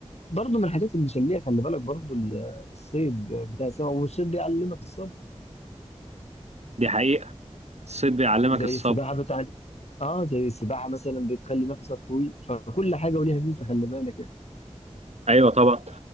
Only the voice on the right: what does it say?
دي حقيقه الصيد بيعلمك
الصبر
ايوه طبعا